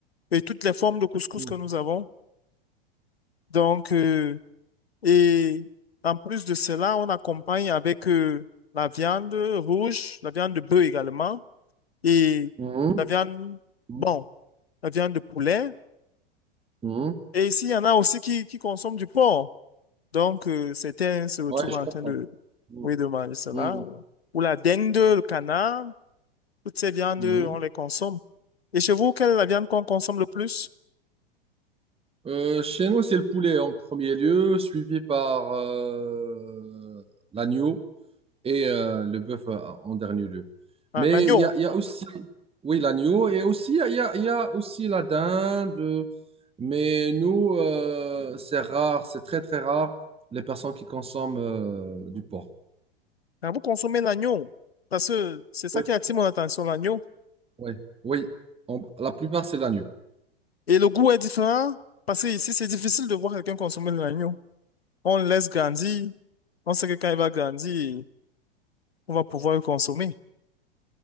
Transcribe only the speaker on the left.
et toutes les formes de couscous
que nous avons. Donc, euh, et en plus de cela, on accompagne avec euh, la viande rouge, la viande de bœuf également. et
la viande,
bon, la viande de poulet.
Et ici, il y en a aussi qui, qui consomment du porc. Donc, euh, certains se retrouvent
en
train de,
oui, de manger cela.
Ou la dengue, le canard, toutes ces viandes,
on les consomme. Et chez vous, quelle est la viande qu'on consomme le plus?
Ah,
l'agneau.
Ah, vous consommez l'agneau. Parce que c'est ça
qui attire mon attention, l'agneau.
Et le goût est différent parce que ici, c'est difficile de voir quelqu'un consommer de l'agneau. On le laisse grandir. On sait que quand il va grandir, on va pouvoir le consommer.